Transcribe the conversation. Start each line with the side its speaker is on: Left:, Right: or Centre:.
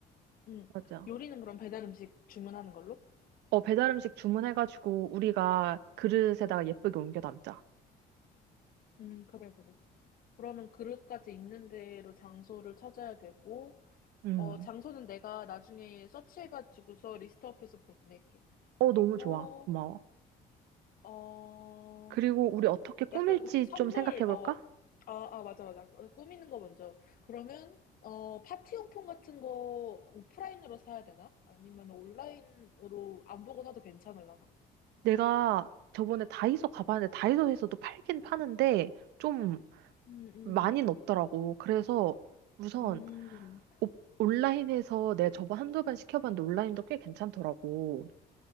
Left: 음.
Right: 맞아.
Left: 요리는 그럼 배달 음식 주문하는 걸로?
Right: 어, 배달 음식 주문해가지고 우리가 그릇에다가 예쁘게 옮겨 담자.
Left: 음, 그래, 그래. 그러면 그릇까지 있는 대로 장소를 찾아야 되고
Right: 음.
Left: 어, 장소는 내가 나중에 서치해가지고서 리스트업해서 보낼게.
Right: 어,
Left: 그리고,
Right: 너무 좋아. 고마워.
Left: 어,
Right: 그리고 우리 어떻게 꾸밀지
Left: 약간 우리 선물,
Right: 좀 생각해볼까?
Left: 어, 아, 아, 맞아, 맞아. 어, 꾸미는 거 먼저. 그러면, 어, 파티용품 같은 거 오프라인으로 사야 되나? 아니면 온라인으로 안 보고 사도 괜찮을라나?
Right: 내가 저번에 다이소 가봤는데 다이소에서도 팔긴 파는데 좀
Left: 음, 음,
Right: 많이는 없더라고. 그래서 우선
Left: 음,
Right: 옵- 온라인에서 내가 저번 한두 번 시켜봤는데 온라인도 꽤 괜찮더라고.